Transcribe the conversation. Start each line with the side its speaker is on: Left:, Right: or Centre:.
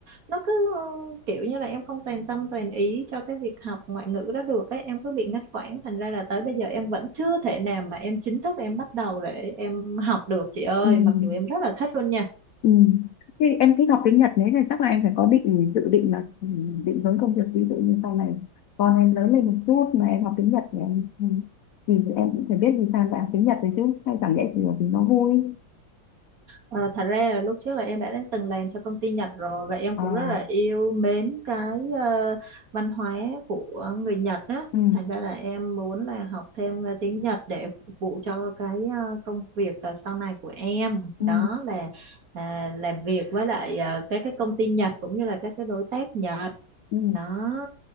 Right: nó cứ ờ, kiểu như là em không toàn tâm toàn ý cho cái việc học ngoại ngữ đó được ấy em cứ bị ngắt quãng thành ra là tới bây giờ em vẫn chưa thể nào mà em chính thức em bắt đầu để em học được chị ơi
Left: Ừ, ừ.
Right: mặc dù em rất là thích luôn nha
Left: ừ. Thế em thích học tiếng Nhật đấy thì chắc là em phải có định dự định là ừ, định hướng công việc ví dụ như sau này con em lớn lên một chút mà em học tiếng Nhật thì em ừ, thì em cũng phải biết vì sao lại học tiếng Nhật đấy chứ hay chẳng lẽ chỉ là vì nó vui
Right: Ờ, thật ra là lúc trước là em đã đã từng làm cho công ty Nhật rồi và em
Left: à
Right: cũng rất là yêu mến cái ờ, văn hóa của người Nhật á.
Left: ừ
Right: Thành ra là em muốn là học thêm ờ, tiếng Nhật để phục vụ cho cái ờ, công việc ờ, sau này của em.
Left: ừ
Right: Đó là à, làm việc với lại ờ, các cái công ty Nhật cũng như là các cái đối tác Nhật.
Left: ừ
Right: Đó.